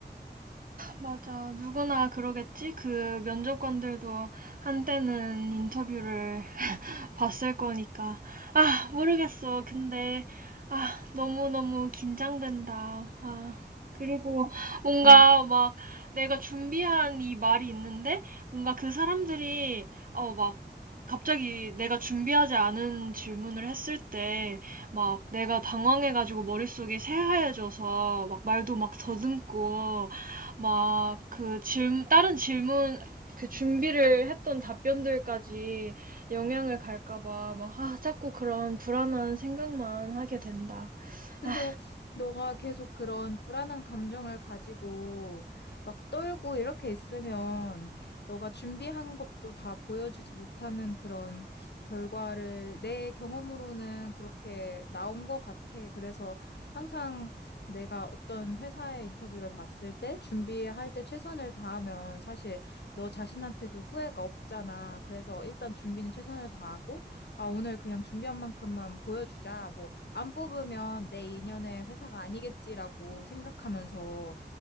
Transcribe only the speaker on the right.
맞아. 누구나 그러겠지? 그 면접관들도 한때는 인터뷰를 <laughs> 봤을 거니까. 아, 모르겠어. 근데, 아, 너무너무 긴장된다. 아, 그리고 뭔가
막 내가 준비한 이 말이 있는데, 뭔가 그 사람들이, 어, 막 갑자기 내가 준비하지 않은 질문을 했을 때, 막 내가 당황해가지고 머릿속이 새하얘져서 막 말도 막 더듬고 막 그 질, 다른 질문 그 준비를 했던 답변들까지 영향을 갈까 봐 막 아, 자꾸 그런 불안한 생각만 하게 된다.
아,